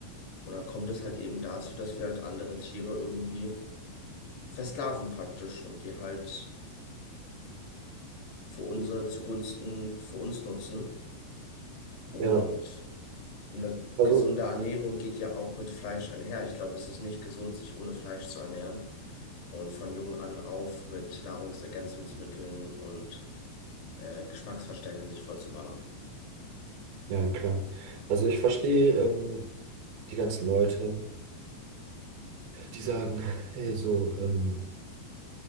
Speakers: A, on the left (about 65°); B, on the right (about 75°).
A: Und dann kommt es halt eben dazu, dass wir halt andere Tiere irgendwie versklaven praktisch und die halt für unsere zugunsten für uns nutzen. Und
B: Ja,
A: eine
B: also,
A: gesunde Ernährung geht ja auch mit Fleisch einher. Ich glaube, es ist nicht gesund, sich ohne Fleisch zu ernähren. und von jung an auf mit Nahrungsergänzungsmitteln und äh, Geschmacksverstärkern sich voll zu ballern.
B: ja, klar. Also ich verstehe ähm, die ganzen Leute, die sagen, hey, so ähm,